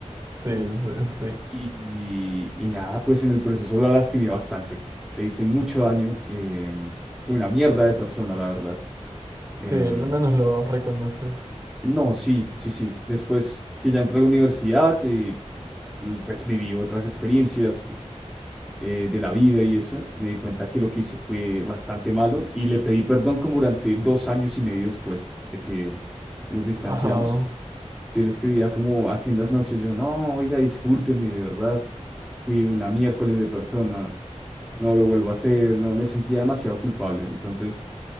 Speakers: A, on the right; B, in the centre.
A: Sí, sí, sí.
B: Y, y nada, pues en el proceso la lastimé bastante, le hice mucho daño, em, fue una mierda de persona, la verdad. Em,
A: Sí, al menos lo reconoces.
B: No, sí, sí, sí. Después que ya entré a la universidad, eh, mm, pues viví otras experiencias eh, de la vida y eso. Me di cuenta que lo que hice fue bastante malo y le pedí perdón como durante dos años y medio después de que nos distanciamos.
A: Ajá.
B: Yo le escribía como así en las noches, yo, no, oiga, discúlpeme, de verdad, fui una miércoles de persona, no lo vuelvo a hacer, no, me sentía demasiado culpable. Entonces,